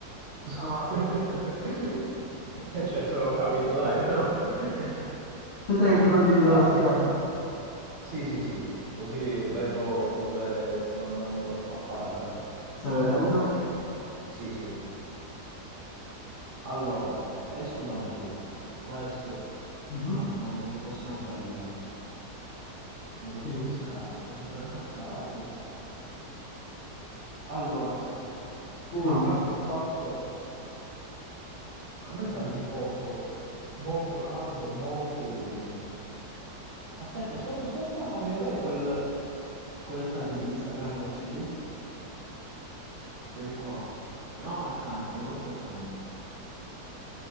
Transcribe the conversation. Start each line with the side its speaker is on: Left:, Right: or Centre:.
Left: Ah,
Right: <laughs>
Left: via, via.
Right: Eh certo, l'ho capito, dai, però. <laughs>
Left: Aspetta che ti condivido
Right: Ah,
Left: lo schermo.
Right: sì, sì, sì. Così vedo dove stiamo andando a parare.
Left: Stai vedendo?
Right: Ok, sì, sì. Allora, è Sud America. Questo,
Left: Mhm.
Right: ma proprio non ci possiamo sbagliare. Negozio
Left: Dimmi,
Right: di scarpe, supermercato. Allora,
Left: dimmi
Right: A
Left: un
Right: parte
Left: po'.
Right: il fatto, a me sa di un posto molto caldo, molto umido. Aspetta, aspetta, aspetta, fammi vedere quel, quel tag di Instagram che c'è lì. Questo è qua. No, accanto, negozio accanto.